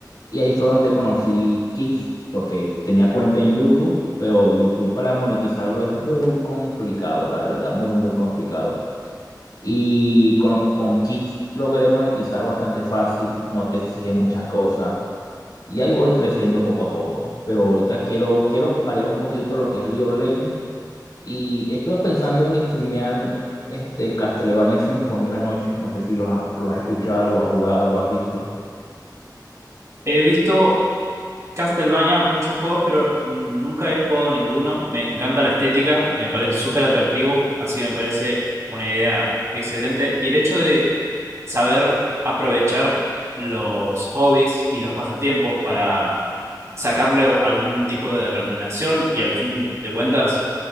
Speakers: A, on the left (about 65°); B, on the right (about 45°).
A: Y ahí fue donde conocí Kicks, porque tenía cuenta en YouTube, pero YouTube para monetizarlo es muy complicado, la verdad, muy, muy complicado. Y con, con Kicks logré monetizar bastante fácil, no te exige muchas cosas. Y ahí voy creciendo poco a poco. Pero ahorita quiero, quiero variar un poquito lo que es League of Legends. Y estuve pensando en streamear este Castlevania Symphony en la noche. No sé si lo has, lo has escuchado, lo has jugado, lo has visto.
B: He visto Castlevania, muchos juegos, pero nunca he jugado ninguno. Me encanta la estética y me parece súper atractivo, así que me parece una idea excelente. Y el hecho de saber aprovechar los hobbies y los pasatiempos para sacarle algún tipo de remuneración y al fin de cuentas